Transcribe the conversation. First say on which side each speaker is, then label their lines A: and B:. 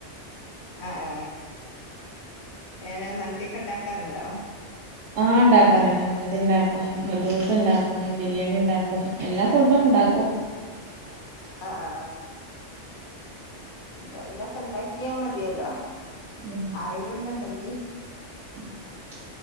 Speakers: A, on the left; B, on the right.
A: ആ, ആ എങ്ങ നെ മന്തിയൊക്കെ ഉണ്ടാക്കാറുണ്ടോ.
B: ആ ഉണ്ടാക്കാറുണ്ട്, മന്തി ഉണ്ടാക്കും മധുത്ത് ഉണ്ടാക്കും ബിരിയാണി ഉണ്ടാക്കും എല്ലാ ഫുഡും ഉണ്ടാക്കും ആ
A: ആ, ആ അങ്ങനൊക്കെ ഉണ്ടാക്കിയാ മതിയല്ലോ.
B: ഉം
A: അറിയുന്നുണ്ടെങ്കി
B: <unintelligible>